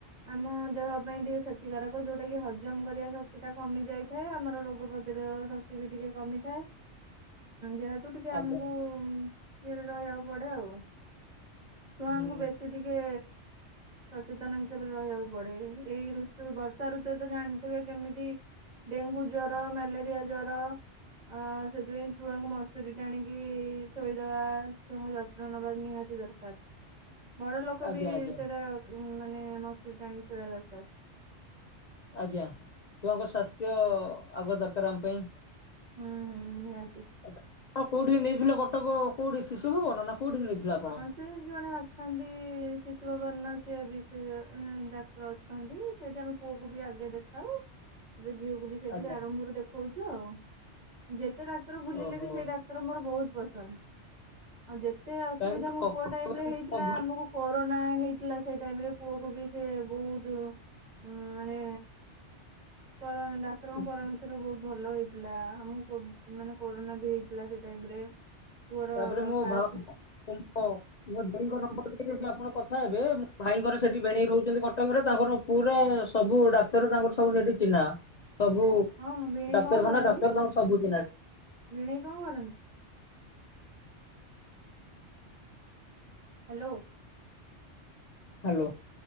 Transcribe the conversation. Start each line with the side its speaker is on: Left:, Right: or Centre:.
Right: ଆମ ଦେହ ପାଇଁ ଟିକେ କ୍ଷତିକାରକ ଯୋଉଟା କି ହଜମ କରିବା ଶକ୍ତି ଟା କମି ଯାଏ। ଥାଏ ଆମର ରୋଗ ପ୍ରତିରୋଧ ଶକ୍ତି ବି ଟିକେ କମିଥାଏଁ ଯେହେତୁ ତୁ ଟିକେ
Left: ଆଜ୍ଞା
Right: ଆମକୁ ଏରେ ରହିବାକୁ ପଡେ। ଆଉ ଛୁଆଙ୍କୁ
Left: ହୁଁ
Right: ବେଶୀ ଟିକେ ସଚେତନ ହିସାବରେ ରହିବାକୁ ପଡେ ଏଇ ଋତୁ ବର୍ଷା ଋତୁ ତ ଜାଣିଥିବେ କେମିତି ଡେଙ୍ଗୁ ଜର ମ୍ୟାଲେରିଆ ଜର। ଆ ସେଥିପାଇଁ ଛୁଆଙ୍କୁ ମସୁରୀ ଟାଣିକି। ଶୋଇଦବା ଛୁଆଙ୍କ ଯତ୍ନ ନବା ନିହାତି ଦରକାର ବଡ ଲୋକ
Left: ଆଜ୍ଞା
Right: ବି
Left: ଆଜ୍ଞା
Right: ସେଟା। ଉଁ ମାନେ ମସୁରୀ ଟା ଆଣିକି ଶୋଇବା ଦରକାର।
Left: ଆଜ୍ଞା ଛୁଆଙ୍କ ସ୍ୱାସ୍ଥ୍ୟ ଆଗ ଦରକାର ଆମ ପାଇଁ।
Right: ହୁଁ ହୁଁ ନିଆତି।
Left: ଆପଣ କୋଉଠି ନେଇଥିଲେ କଟକ କୋଉଠି ଶିଶୁ ଭୁବନ ନା କୋଉଠିିକି ନେଇଥିଲା ଆପଣ।
Right: ହୁଁ ସେ ଜଣେ ଅଛନ୍ତି ଶିଶୁ ଭବନ ର ସିଏ ବିଶେଷ ଡାକ୍ତର ଅଛ ଅଛନ୍ତି ସେଇଠି ଆମେ ପୁଅକୁ ବି ଆଗେ ଦେଖାଉ ଏବେ ଝିଅକୁ ବି। ସେଇଠି
Left: ଆଜ୍ଞା
Right: ତ ଆରମ୍ଭରୁ ଦେଖଉଛୁ ଆଉ ଯେତେ ଡାକ୍ତର ବୁଲିଲେ
Left: ଓହୋ
Right: ବି ସେଇ ଡାକ୍ ଡାକ୍ତର ମୋର ବହୁତ ପସନ୍ଦ। ଯେତେ ଅସୁବିଧା
Left: କାହିଁକି ନା
Right: ମୋ
Left: କ-
Right: ପୁଅ
Left: କଟକରେ
Right: ଟାଇମ୍ ରେ ହେଇଥିଲା
Left: ମୋ
Right: ଆମକୁ କ କରୋନା ହେଇଥିଲା ସେଇ ଟାଇମ ରେ ପୁଅ କି ବି ସେ ବହୁତ ଉଁ ମାନେ। କାରଣ ଡାକ୍ତରଙ୍କ
Left: ଭା-
Right: ପରାମର୍ଶରେ ବହୁତ ଭଲ ହେଇଛି। ହେଲା ଆମୁକୁ କୋଭ୍ କରୋନା ବି ହେଇଥିଲା ସେ ଟାଇମରେ ପୁଅ ର
Left: ତାପରେ ମୋ
Right: ଫାଷ୍ଟ
Left: ଭାଉ ମୋ ମୋ ଭେଣେଇ ଙ୍କର ନମ୍ବର ଦେବି ଆପଣ କଥା ହେବେ ମୋ ଭାଇଙ୍କର ସେଠି ଭେଣେଇ ରହୁଛନ୍ତି କଟକରେ ତାଙ୍କର। ପୁରା ସବୁ ଡାକ୍ତର ତାଙ୍କର ସବୁ ସେଠି ଚିହ୍ନା ସବୁ।
Right: ହଁ ହଁ ଭିଣେଇ
Left: ଡାକ୍ତରଖାନା
Right: କଣ କରନ୍ତି
Left: ଡାକ୍ତର ତାଙ୍କ ସବୁ ଚିହ୍ନା ସେ
Right: ଭିଣେଇ କଣ କରନ୍ତି? ହ୍ୟାଲୋ।
Left: ହାଲୋ।